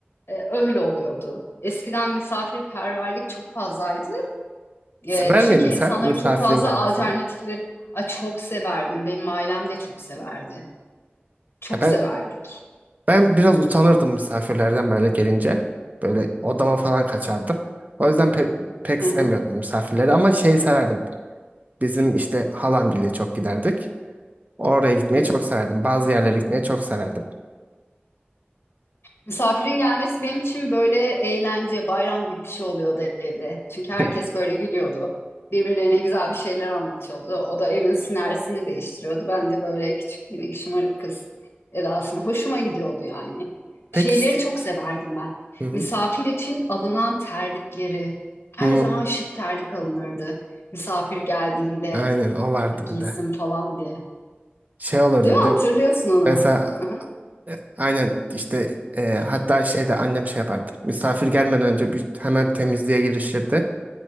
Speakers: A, on the left (about 85°); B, on the right (about 40°).
A: e, öyle oluyordu. Eskiden misafirperverlik çok fazlaydı. E,
B: Sever
A: çünkü
B: miydin
A: insanların
B: sen misafirin
A: çok fazla
B: gelmesini?
A: alternatifleri Ay, çok severdim. Benim ailem de çok severdi. Çok
B: Ya ben
A: severdik.
B: Ben biraz utanırdım misafirlerden böyle gelince. Böyle odama falan kaçardım. O yüzden pek, pek
A: Hı
B: sevmiyordum
A: hı.
B: misafirleri ama şeyi severdim. Bizim işte halamgile çok giderdik. Oraya gitmeyi
A: Hı hı.
B: çok severdim. Bazı yerlere gitmeyi çok severdim.
A: Misafirin gelmesi benim için böyle eğlence, bayram gibi bir şey oluyordu evde. Çünkü herkes
B: <laughs>
A: böyle gülüyordu. Birbirlerine güzel bir şeyler anlatıyordu. O da evin sinersini değiştiriyordu. Ben de böyle küçük minik şımarık kız edasını hoşuma gidiyordu yani.
B: Peki.
A: Şeyleri
B: s-
A: çok severdim ben.
B: Hı hı.
A: Misafir için alınan terlikleri. Her
B: Hı,
A: zaman şık terlik alınırdı. Misafir geldiğinde
B: Aynen o vardı
A: "E, giysin
B: bir de.
A: falan diye.
B: Şey olurdu
A: Değil mi?
B: bir
A: Hatırlıyorsun
B: de.
A: onu.
B: Mesela
A: Hı hı.
B: e, aynen işte e, hatta şeyde annem şey yapardı. Misafir gelmeden önce bir, hemen temizliğe girişirdi.